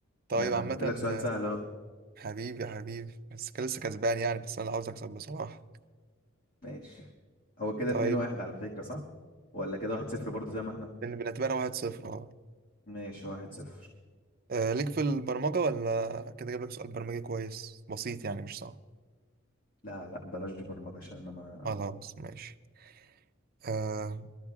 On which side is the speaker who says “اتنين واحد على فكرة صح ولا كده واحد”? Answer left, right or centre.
Left